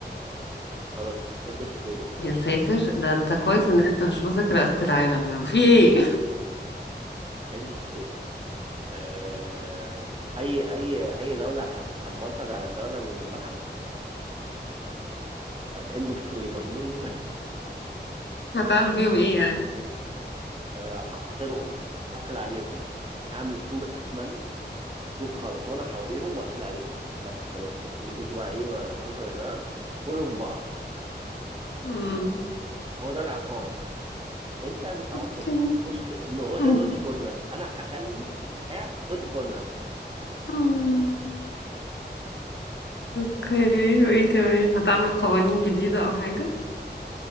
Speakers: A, on the right; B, on the left.
A: خلاص end of story
B: يا ساتر ده انت كويس ان انت مش ماسك رئاسة العالم يعني في ايه
A: اند ستوري آه، اي اي اي دوله هت- هتبلطج على الدوله اللي جنبها اند اوف ستوري برضو بالنسبه لي
B: <laughs> هتعمل فيهم ايه يعني
A: آه، هحاصرهم هقفل عليهم هعمل سور اسمنت سور خرسانه حواليهم واقفل عليهم بس خلاص كده خليكم انتوا بقى ايه مع نفسكم يا جماعه كلوا في بعض
B: امم
A: هو ده العقاب <laughs> انت بتعاقب
B: اوكي
A: خش ان هو
B: <laughs>
A: ده نوتي كورنر انا هخليك قاعد في نوتي كورنر
B: أمم. اوكي وايه كمان هتعمل قوانين جديدة او حاجة